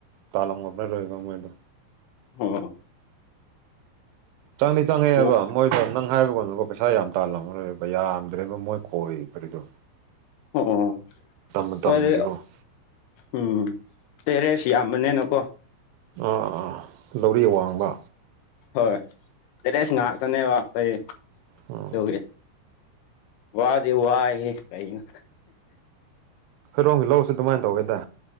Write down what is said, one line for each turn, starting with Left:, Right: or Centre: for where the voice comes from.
Right: ꯇ ꯂꯝꯅ ꯔꯣꯏꯗ ꯑꯣꯏꯣꯏꯗ
Left: ꯑꯣ <inaudible>
Right: ꯆꯪꯅꯤ ꯆꯪꯉꯦꯑꯕ
Left: ꯑꯣ
Right: ꯃꯣꯏꯗꯣ ꯅꯪ ꯍꯥꯏꯕꯒꯗꯀꯣ ꯄꯩꯁꯥ ꯌꯥꯝ ꯇꯥꯜꯂꯝꯃꯔꯣꯏꯕ ꯌꯥꯝꯗ꯭ꯔꯦꯕ ꯃꯣꯏ ꯈꯣꯏꯕꯔꯤꯗꯣ
Left: ꯑꯣ
Right: ꯃꯇꯝꯒꯤꯀꯣ
Left: ꯍꯣꯏ ꯑꯗꯨ ꯎꯝ ꯇꯦꯔꯦꯁ ꯌꯥꯝꯕꯅꯦꯅꯀꯣ
Right: ꯑꯥꯥ ꯂꯧꯔꯤ ꯑꯋꯥꯡꯕ
Left: ꯍꯣꯏ ꯇꯦꯔꯦꯁ ꯉꯥꯛꯇꯅꯦꯕ ꯑꯩꯩ
Right: ꯎꯝ
Left: ꯑꯗꯨꯒꯤ ꯋꯥꯗ ꯋꯥꯦ ꯀꯥꯏꯅ
Right: ꯍꯣꯏꯔꯣꯡꯝꯒꯤ ꯂꯧꯁꯤ ꯑꯗꯨꯃꯥꯏꯅ ꯇꯧꯋꯦꯗ